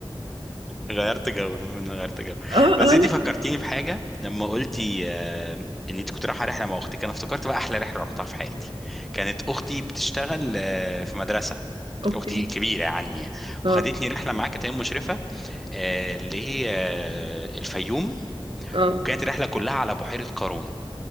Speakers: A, in the centre; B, on the right.
A: غيرت جو المهم ان أنا غيرت جو
B: اه
A: بس
B: اه
A: انت
B: لا
A: فكرتيني بحاجه لما قلتي آه، ان انت كنت رايحه رحله مع اختك انا افتكرت بقى احلى رحله رحتها في حياتي كانت اختي بتشتغل آه، في مدرسه
B: اوكي
A: اختي كبيره عني
B: اه
A: وخدتني رحله معاها كانت هي مشرفه آه، اللي هي آه، الفيوم
B: اه
A: وكانت رحله كلها على بحيره قارون